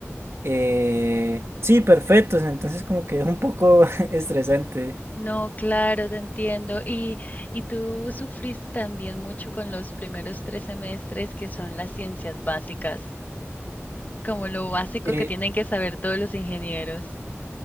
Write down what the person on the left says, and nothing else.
No, claro, te entiendo. Y, y tú sufriste también mucho con los primeros tres semestres que son las ciencias básicas, como lo básico
que tienen que saber todos los ingenieros.